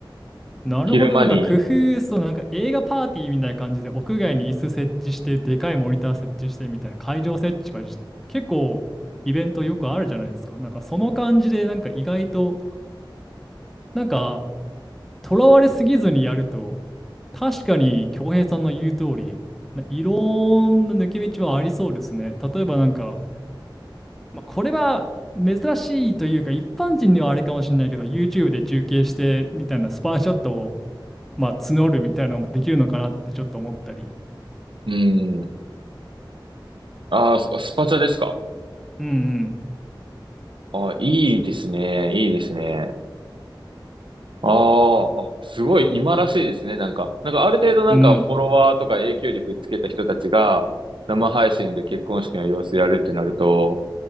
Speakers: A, in the centre; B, on the right.
A: なるほど、
B: 昼間に、
A: なんか工夫そう、なんか映画パーティーみたいな感じで、屋外に椅子設置して、でかいモニター設置してみたいな、会場設置はじ結構イベントよくあるじゃないですか。なんかその感じで、なんか意外と、なんか、とらわれすぎずにやると、確かに、恭平さんの言う通り、ないろんな抜け道はありそうですね。例えばなんか、まあ、これは珍しいというか、一般人にはあれかもしれないけど、YouTube で中継してみたいなスパーシャットを、まあ、募るみたいなのもできるのかなってちょっと思ったり。
B: うん。ああ、ススパチャですか
A: うんうん。
B: ああ、いいですね。いいですね。ああ、あすごい今らしいですね。なんか、なんかある程度なんかフォロワーとか影響力つけた人たちが生配信で結婚式の様子やるってなると、
A: うん